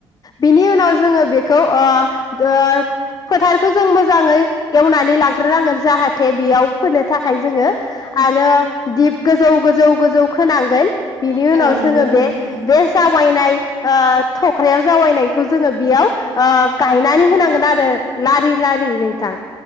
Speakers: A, on the left; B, on the left.
A: बिनि उनाव जोङो बेखौ ओ ओ फोथारखौ जों मोजाङै एवनानै लाग्रोनांगोन जाहाथे बेयाव फोनो थाखाय जोङो आरो दिप गोजौ गोजौ गोजौ खोनांगोन। बिनि उनाव
B: औ नंगौ
A: जोङो
B: नोंथां
A: बे
B: औ
A: बे जाब जावायनाय ओ थख्रायाव जावायनायखौ जोङो बेयाव ओ गायनानै होनांगोन आरो लारि लारि नोंथां